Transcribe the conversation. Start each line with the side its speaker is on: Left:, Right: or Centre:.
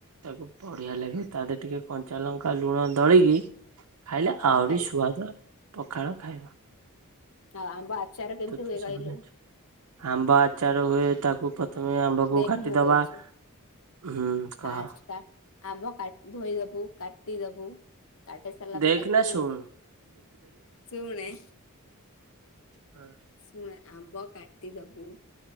Right: ତାକୁ ବଢିଆ ଲାଗେ ତା ଦେହରେ ଟିକେ କଞ୍ଚା ଲଙ୍କା ଲୁଣ ଦଳିକି ଖାଇଲେ
Left: ପଖାଳ
Right: ଆହୁରି
Left: ଖାଇବୁ
Right: ସୁଆଦ ପଖାଳ ଖାଇବ।
Left: ଆଉ ଆମ୍ବ ଆଚାର କେମିତି
Right: ତ
Left: ହୁଏ
Right: ସବୁ
Left: କହିଲୁ?
Right: ଜାଣିଛୁ। ଆମ୍ବ ଆଚାର ହୁଏ ତାକୁ ପ୍ର ଥମେ ଆମ୍ବକୁ
Left: ଦେଖ
Right: କାଟିଦବା
Left: ମୁଁ କହୁଛି
Right: ହୁଁ କହ।
Left: ଫାଷ୍ଟ କା ଆମ୍ବ କାଟ୍ ଧୋଇଦେବୁ। କାଟିଦବୁ କାଟି ସାରିଲା
Right: ଦେଖ
Left: ପରେ ତାକୁ
Right: ନା ଶୁଣୁ
Left: ଶୁଣେ
Right: ହାଂ।
Left: ଶୁଣେ ଆମ୍ବ କାଟିଦବୁ।